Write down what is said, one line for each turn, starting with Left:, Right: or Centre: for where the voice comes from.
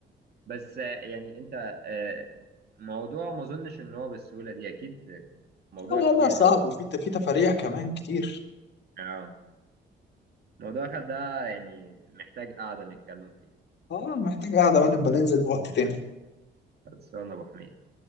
Right: بس آه، يعني انت آه، موضوع ما اظنش ان هو بالسهوله دي اكيد آه، موضوع
Left: لا والله
Right: كبير
Left: صعب
Right: قوي
Left: وفي في تفاريع كمان كتير
Right: اه موضوع ده يعني محتاج قعده نتكلم فيها
Left: اه محتاج قاعده وانا بنزل في وقت تاني
Right: خلصانه يا ابو حميد